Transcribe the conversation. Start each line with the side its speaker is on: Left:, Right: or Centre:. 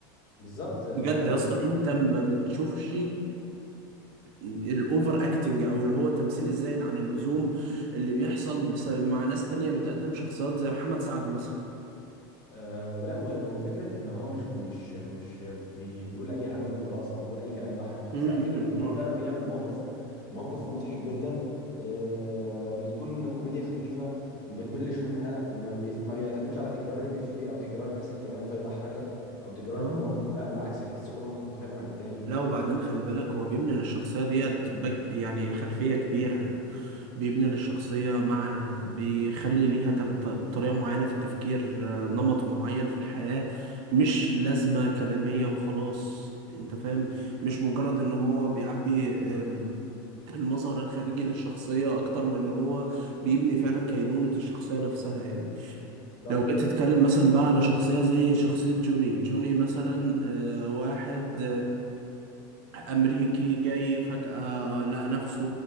Left: بالظبط آه،
Right: بجد
Left: وفي
Right: يا اسطى انت ما بتشوفش الاوفر اكتنج او اللي هو التمثيل الزايد عن اللزوم اللي بيحصل بس... مع ناس تانية بتقدم شخصيات زي محمد سعد مثلا
Left: أه ولا و- وفكره ان هو مش مش مش بي بيقول اي هبل وخلاص او بيقول اي كلام يضحك وخلاص
Right: امم
Left: لا فكره ان هو فعلا بيعمل موقف موقف مضحك جدا أه بتكون كوميديا خفيفه ما بتملش منها ما بيست- ما بيعتمدش على تكرار الافيه او تكرار نفس الكلام فيضحكك او تكرار
Right: اه آه.
Left: المواقف لا بالعكس بتحس كل موقف مختلف عن التاني
Right: لا وبعدين خلي بالك هو بيبني للشخصيه ديت بج... يعني خلفيه كبيره بيبني للشخصية معنى بيخلي ليها تف... ط- طريقة معينة في التفكير آه، نمط معين في الحياة مش لازمة كلامية وخلاص انت فاهم مش مجرد ان هو بيعبي آم، المظهر الخارجي للشخصية اكتر من ان هو بيبني فعلا كينونة الشخصية نفسها يعني
Left: صح
Right: لو جيت تتكلم مثلا بقى على شخصية زي شخصية جوني جوني مثلا آه، واحد أمريكي جاي فجأة لقى نفسه